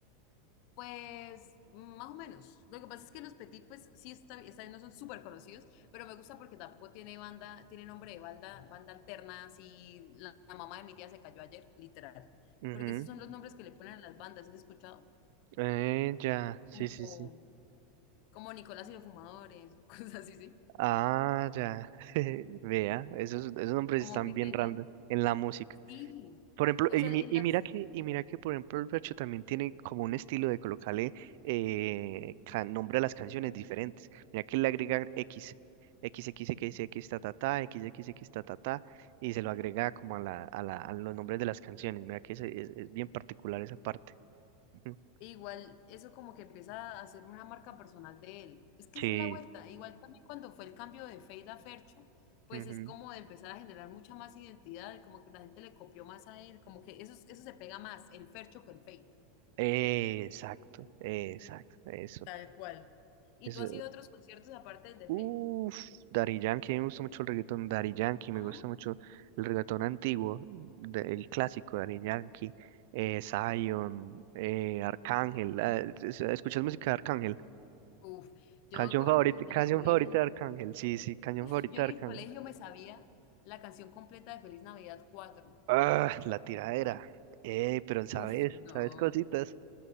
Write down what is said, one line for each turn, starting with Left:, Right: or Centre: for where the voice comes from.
Left: Pues más o menos. Lo que pasa es que los Petit, pues sí, está, está bien, no son súper conocidos, pero me gusta porque tampoco tiene banda, tiene nombre de banda, banda alterna, así la, la mamá de mi tía se cayó ayer, literal.
Right: Ujú.
Left: Porque esos son los nombres que le ponen a las bandas, ¿has escuchado?
Right: Eh, ya, sí,
Left: Como,
Right: sí, sí.
Left: como Nicolás y los Fumadores, <laughs> o cosas así, sí.
Right: Ah, ya. <laughs> Vea, esos, esos nombres
Left: Como
Right: están
Left: que
Right: bien
Left: tienen,
Right: random en la música.
Left: sí.
Right: Por ejemplo,
Left: O
Right: y,
Left: sea,
Right: mi-
Left: en
Right: y
Left: las,
Right: mira que, y mira que, por ejemplo, el Fercho también tiene como un estilo de colocarle eh, ca- nombre a las canciones diferentes. Mira que él le agrega X, x x x X, ta, ta, ta, x x x ta, ta, ta, y se lo agrega como a, la, a, la, a los nombres de las canciones. Mira que ese- es, es bien particular esa parte. Ujú.
Left: E Igual eso como que empieza a ser una marca personal de él. Es que
Right: Sí.
Left: esa es la vuelta. Igual también cuando fue el cambio de Fade a Fercho, pues
Right: ujú.
Left: es como de empezar a generar mucha más identidad, como que la gente le copió más a él, como que eso, eso se pega más, el Fercho que el Fade.
Right: Exacto, exacto, eso.
Left: Tal cual. ¿Y
Right: Eso,
Left: tú has ido a otros conciertos aparte del de
Right: Uff,
Left: Fade?
Right: Daddy Yankee, a mí me gusta mucho el reggaetón Daddy Yankee, me
Left: Ah.
Right: gusta mucho el reggaetón antiguo, de- el clásico Daddy Yankee, eh, Zion, eh, Arcángel. ah, es- ¿Escuchas música de Arcángel?
Left: Uf, yo
Right: Canción
Left: me acuerdo
Right: favorita,
Left: que yo
Right: canción
Left: en el colegio,
Right: favorita de Arcángel, sí, sí, canción
Left: uf,
Right: favorita
Left: yo
Right: de
Left: en el
Right: Arcángel.
Left: colegio me sabía la canción completa de Feliz Navidad cuatro
Right: Ah, la tiradera. Eh, pero sabes,
Left: Uf, no.
Right: sabes cositas.